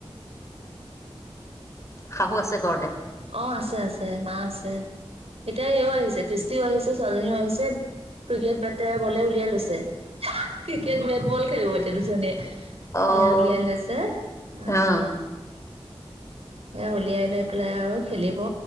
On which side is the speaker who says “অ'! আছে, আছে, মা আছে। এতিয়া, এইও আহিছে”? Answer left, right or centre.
Right